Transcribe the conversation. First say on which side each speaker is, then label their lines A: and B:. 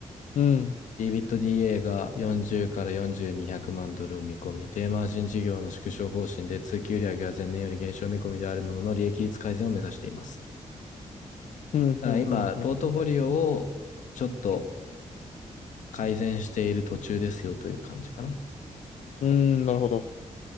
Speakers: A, on the left (about 70°); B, on the left (about 80°).
A: うん。うん。
B: EBITDA が40から4200万ドルを見込み、低マージン事業の縮小方針で通期売上は前年より減少見込みであるものの利益率改善を目指しています。
A: うん。
B: だから今、
A: うん。うん。
B: ポートフォリオをちょっと改善している途中ですよという感じかな。
A: うん。なるほど。